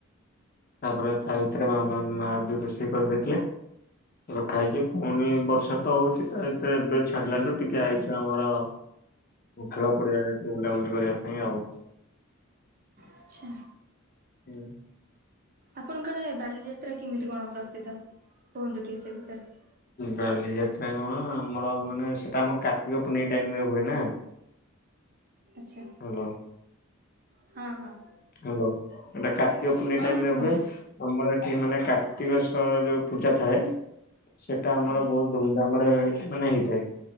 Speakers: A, on the left (about 45°); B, on the right (about 45°).
A: ତାପରେ ତା ଭିତରେ ମାମା ମାଆ ବି ରୋଷେଇ କରିଦେଇଥିଲେ। ଏବେ ଖାଇଛ ପୁଣି ବର୍ଷା ତ ହଉଛି ତା ଭିତରେ ଏବେ ଛାଡିଲାଲୁ ଟିକେ ଆଇଛ ଆମର ଖେଳ ପଡିଆଡେ ବୁଲାବୁଲି କରିବା ପାଇଁ ଆଉ।
B: ଆଚ୍ଛା
A: ହୁଁ।
B: ଆପଣଙ୍କ ଆଡେ ବାଲିଯାତ୍ରା କେମିତି କଣ ପ୍ରସିଦ୍ଧ କୁହନ୍ତୁ ଟିକେ ସେ ବିଷୟରେ?
A: ବାଲିଯାତ୍ରା କଣ ଆମର ମାନେ ସେଟା ଆମ କାର୍ତ୍ତିକ ପୂନେଇ ଟାଇମ୍ ରେ ହୁଏ ନା।
B: ଆଚ୍ଛା
A: ହ୍ୟାଲୋ।
B: ହଁ ହଁ
A: ହ୍ୟାଲୋ ଏଟା କାର୍ତ୍ତିକ ପୂନେଇ
B: ହଁ
A: ଟାଇମ୍ ରେ
B: କୁହନ୍ତୁ
A: ହୁଏ। ଆମର ଏଠି ମାନେ କାର୍ତ୍ତିକଶ୍ଵର ଯୋଉ ପୂଜା ଥାଏ ସେଟା ଆମର
B: ଆଜ୍ଞା
A: ବହୁତ ଧୁମ୍ ଧାମ୍ ରେ ମାନେ ହେଇଥାଏ।